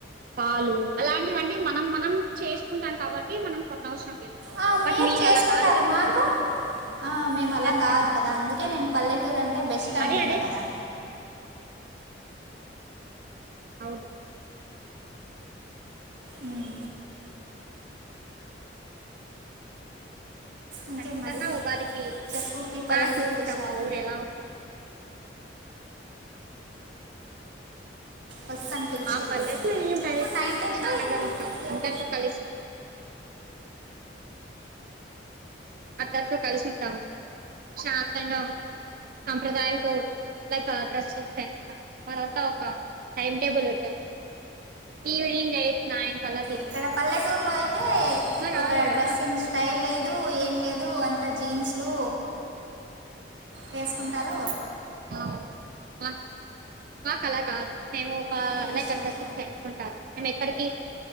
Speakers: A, on the right; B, on the right.
A: పాలు అలాంటివన్నీ మనం మనం చేసుకుంటాం కాబట్టి మనం కొన్న అవసరం లేదు
B: ఆ,
A: బట్
B: మీరు
A: మీర్
B: చేసుకుంటారు
A: అలా కాదు కదా
B: మాకు ఆ మేము
A: మీరంతా
B: అలా కాదు కదా అందుకే నేను పల్లెటూరు అంటే బెస్ట్ అంటున్నా
A: అదే అదే
B: కదా
A: అవును
B: ఉమ్ ఇంకేం
A: ఖచ్చితంగా
B: మరి
A: ఉగాదికి
B: చెప్పు మీ పల్లెటూరు
A: రా చూపిస్తా
B: విషయాలు
A: మా ఊరు ఎలా ఉంటుంది
B: వస్తాం పిలుచుకేళ్ళు
A: మా పల్లెటూరు ఏం లేదు
B: ఎప్పుడు నైన్ టెన్త్
A: ప్రశాంతంగా ఉంటాం
B: ఎప్
A: అందరితో కలిసి అందరితో కలిసి ఉంటాము శాంతంగా ఉంటాము సాంప్రదాయాలతో ఉంటాం లైక్ డ్రెస్సింగ్ సేన్ కానీ మనంతా ఒక టైమ్ టేబుల్ ఉంటంది ఈవినింగ్ అయి నాన్ కాల
B: ఇక్కడ పల్లెటూరు లో అయితే ఒక
A: కాదు కదా
B: డ్రెస్సింగ్ స్టైల్ లేదు ఏం లేదు లేదు అంత జీన్స్లు వేసుకుంటారు
A: అవును మాక్ మాకు అలా కాదు మేము ఒక
B: ట్రెడిషనల్
A: లైక్ డ్రెస్సింగ్ సెన్స్ ఉంటారు మేము ఎక్కడికి